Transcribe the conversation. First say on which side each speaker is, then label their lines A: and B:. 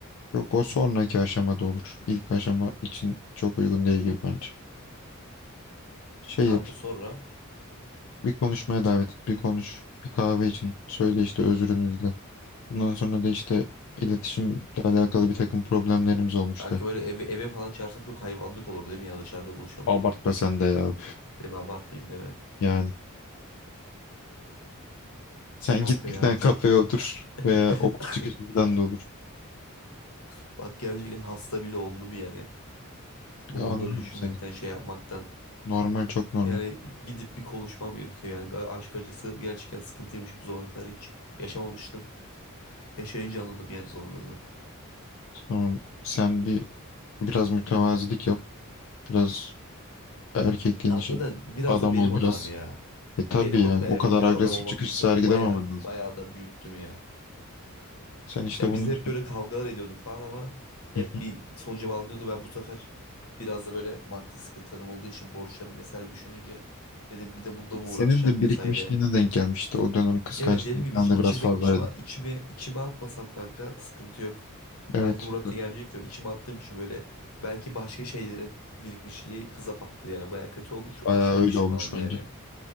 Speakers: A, on the left; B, on the left.
A: Yok o sonraki aşamada olur. İlk aşama için çok uygun değil gibi bence. Şey
B: Tamam
A: yap işte,
B: sonra
A: bir konuşmaya davet et, bir konuş. Bir kahve için söyle işte özrünü dile. Bundan sonra da işte iletişimle alakalı bir takım problemlerimiz olmuştu.
B: kanka böyle eve, eve falan çağırsam çok hayvanlık olur değil mi ya dışarıda buluşalım.
A: Abartma sen de ya.
B: Değil mi abartmayayım değil mi?
A: Yani. Sen
B: Kanka
A: git bir
B: ya
A: tane
B: çok
A: kafeye otur veya
B: <coughs>
A: okul çıkışından da olur.
B: <laughs> bak gerçekten hasta bile oldum yani. Bu
A: Ya anlıyorum
B: onları düşünmekten
A: seni.
B: şey yapmaktan.
A: Normal çok normal.
B: Yani gidip bir konuşmam gerekiyor yani. Bir Aşk acısı gerçekten sıkıntıymış bu zamana kadar hiç yaşamamıştım. Yaşayınca anladım yani zorluğunu.
A: Tamam sen bir biraz mütevazilik yap. Biraz erkekliğini
B: Hatta
A: şey.
B: da biraz
A: Adam
B: da benim
A: ol
B: hatam
A: biraz.
B: ya.
A: E tabii
B: Benim
A: yani
B: hatam evet
A: o kadar
B: biraz
A: agresif
B: adam olmam
A: çıkış
B: gerekiyordu.
A: sergilememen
B: Baya
A: lazım.
B: baya da büyüttüm ya.
A: Sen işte
B: Ya
A: bunun
B: biz de
A: için
B: hep böyle kavgalar ediyorduk falan ama hep
A: Hı.
B: bir sonuca bağlanıyordu. Ben bu sefer biraz da böyle maddi sıkıntılarım olduğu için borçlarım vesaire düşününce dedim bir de bunda mı
A: senin
B: uğraşacağım
A: de
B: vesaire.
A: birikmişliğine denk gelmişti. O dönem kıskançlığın
B: Evet dediğim gibi
A: falan
B: iç-
A: da
B: içime
A: biraz fazlaydı.
B: içime içime içime atmasam kanka sıkıntı yok.
A: Evet
B: Belki Murat
A: işte
B: da gelmeyecekti. Ben içime attığım için böyle belki başka şeylerin birikmişliği kıza battı yani. Baya kötü oldu. Çok
A: bayağı
B: aşırı
A: öyle
B: pişmanım
A: olmuş bence.
B: yani.